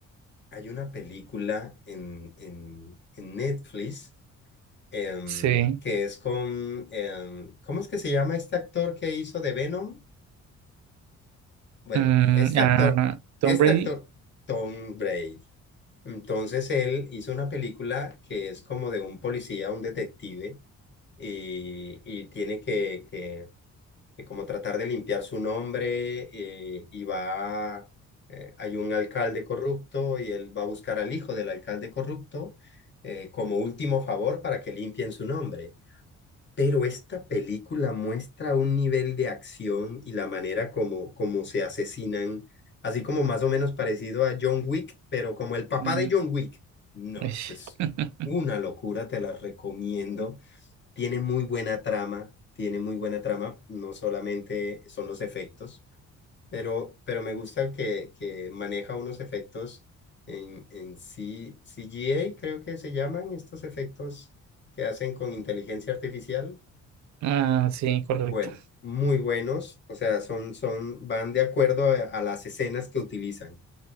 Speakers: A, on the left (about 35°); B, on the right (about 65°).
A: hay una película en, en, en Netflix em,
B: Sí.
A: que es con, em, ¿cómo es que se llama este actor que hizo de Venom? Bueno,
B: Mm,
A: este
B: ah,
A: actor,
B: Tom
A: este
B: Brady.
A: actor, Tom Brady. Entonces él hizo una película que es como de un policía, un detective, y, y tiene que, que, que como tratar de limpiar su nombre, eh, y va, eh, hay un alcalde corrupto y él va a buscar al hijo del alcalde corrupto eh, como último favor para que limpien su nombre. Pero esta película muestra un nivel de acción y la manera como, como se asesinan, así como más o menos parecido a John Wick, pero como el papá
B: Mm,
A: de John Wick. No,
B: ish.
A: esto es
B: <laughs>
A: una locura, te la recomiendo. Tiene muy buena trama, tiene muy buena trama, no solamente son los efectos, pero, pero me gusta que, que maneja unos efectos en, en C- CGI creo que se llaman estos efectos que hacen con inteligencia artificial.
B: Ah, sí, correcto.
A: Bueno, muy buenos, o sea, son, son, van de acuerdo a, a las escenas que utilizan,